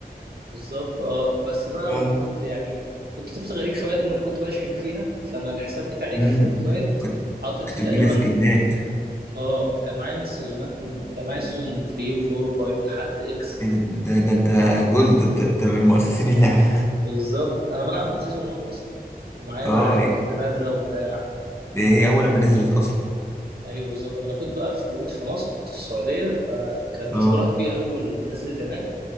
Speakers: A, on the right (about 70°); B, on the left (about 15°).
A: بالظبط اه بس بقى
B: اه
A: وكنت يعني كنت طفل غريب شوية لان انا كنت بشحن فيها فانا الحساب بتاعي
B: امم
A: في فورتنايت
B: كنت
A: حاطط
B: كنت
A: فيه تقريبا
B: بتجيب سكنات
A: اه كان معايا من السيزونات من كان معايا سيزون 3 و4 و5 لحد اكس
B: إيه ده ده, ده أنت جولد ده أنت أنت من مؤسسين اللعبة
A: بالظبط انا بلعب من سيزون 1 اصلا ومعايا
B: اه
A: بقى حاجات نادرة وبتاع
B: دي هي أول لما نزلت أصلا
A: ايوه بالظبط ما انا كنت بقى في موجود في مصر كنت في السعوديه فكانت مشهوره
B: اه
A: قوي اول ما نزلت هناك